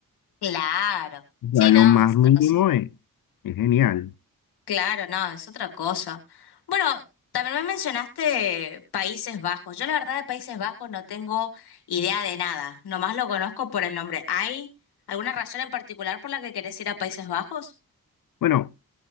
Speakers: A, on the left; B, on the left.
A: Claro.
B: O sea,
A: Sí,
B: lo
A: no,
B: más
A: es
B: mínimo
A: otra cosa.
B: es, es genial.
A: Claro, no, es otra cosa. Bueno, también me mencionaste Países Bajos. Yo la verdad de Países Bajos no tengo idea de nada. Nomás lo conozco por el nombre. ¿Hay alguna razón en particular por la que querés ir a Países Bajos?
B: Bueno,